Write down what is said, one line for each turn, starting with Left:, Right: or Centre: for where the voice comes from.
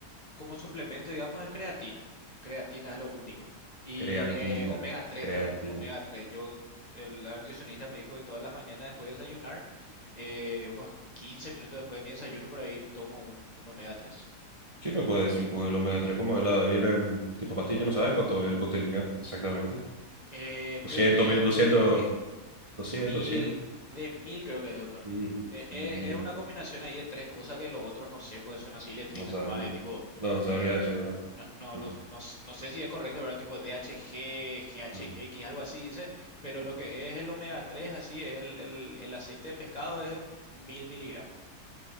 Left: como suplemento, digamos, es creatina. Creatina es lo único. Y
Right: Creatina,
Left: eh, omega tres
Right: creatina.
Left: también, omega 3. Yo, el, la nutricionista me dijo que todas las mañanas después de desayunar, eh, unos 15 minutos después de mi desayuno, por ahí tomo un, un omega 3.
Right: ¿Qué me puede decir un poco de los omega 3? ¿Cómo de la viene en tipo pastilla? ¿No sabes cuánto es el contenido exactamente?
Left: Eh,
Right: doscientos
Left: creo que
Right: mil
Left: es
Right: doscientos
Left: de mil,
Right: 200 100
Left: de mil creo que de doctor.
Right: mil
Left: Eh, eh,
Right: mil
Left: es una combinación ahí de tres cosas que los otros no sé, pues son así letritas
Right: No sabes,
Left: nomás,
Right: no.
Left: de tipo,
Right: No me
Left: eh,
Right: sabría decir, ¿verdad?
Left: no, no,
Right: Ujú,
Left: no, no s- no sé si es correcto, pero tipo D H G G H
Right: ujú,
Left: X algo así dice, pero
Right: ujú.
Left: lo que es el omega 3 así, es el, el- el aceite de pescado es mil miligramos, o